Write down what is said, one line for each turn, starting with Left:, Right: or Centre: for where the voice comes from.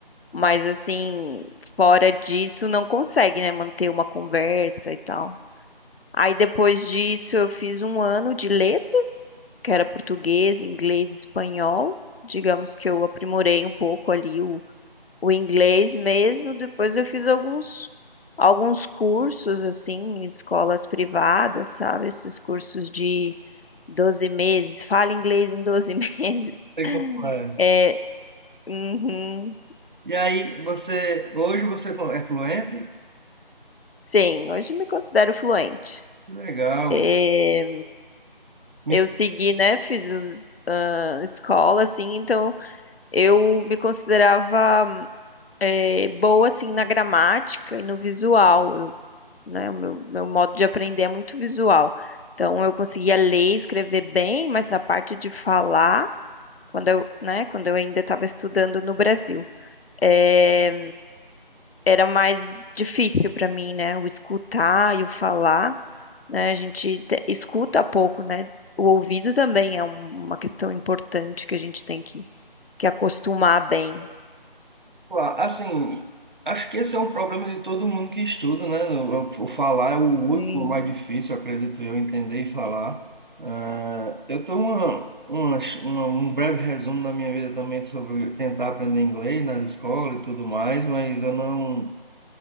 Left: mas assim, fora disso, não consegue, né, manter uma conversa e tal. Aí depois disso, eu fiz um ano de letras, que era português, inglês, espanhol. Digamos que eu aprimorei um pouco ali o inglês mesmo. Depois eu fiz alguns alguns cursos assim, em escolas privadas, sabe? Esses cursos de 12 meses, fala inglês em 12 <laughs> meses.
Right: Sei como é.
Left: É, uhum,
Right: E aí, você, hoje você é fluente?
Left: sim, hoje me considero fluente.
Right: Que legal.
Left: É,
Right: Me
Left: eu segui, né? Fiz os, ah, escola, assim, então eu me considerava eh, boa assim na gramática e no visual. Eu né? O meu, meu modo de aprender é muito visual. Então, eu conseguia ler e escrever bem, mas na parte de falar, quando eu, né, quando eu ainda estava estudando no Brasil, eh, era mais difícil para mim, né? O escutar e o falar, né? A gente te- escuta pouco, né? O ouvido também é um- uma questão importante que a gente tem que, que acostumar bem.
Right: Claro, Assim, acho que esse é um problema de todo mundo que estuda, né? O o falar é o último
Left: Sim.
Right: mais difícil, acredito eu, entender e falar. Ah, eu tenho uma, uma, uma- um breve resumo da minha vida também sobre tentar aprender inglês nas escolas e tudo mais, mas eu não,